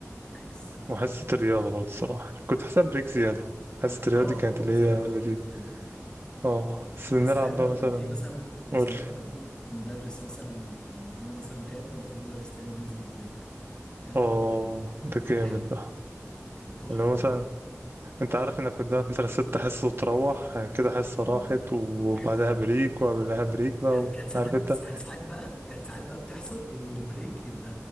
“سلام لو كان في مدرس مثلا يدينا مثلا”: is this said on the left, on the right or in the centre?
Left